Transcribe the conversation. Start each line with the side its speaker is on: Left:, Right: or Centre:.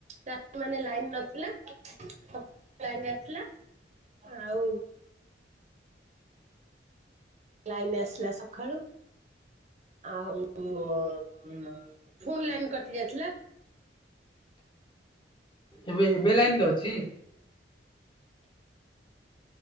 Right: ରାତିମାନ ଲାଇନ ନଥିଲା ସଖାଳେ ଲାଇନ ଆସିଲା। ଆଉ ଲାଇନ ଆସିଲା ସକାଳୁ। ଆଉ ଫୁନ୍ ଲାଇନ୍ କଟି ଯାଇଥିଲା।
Left: ଏବେ ଏବେ ଲାଇନ ତ ଅଛି।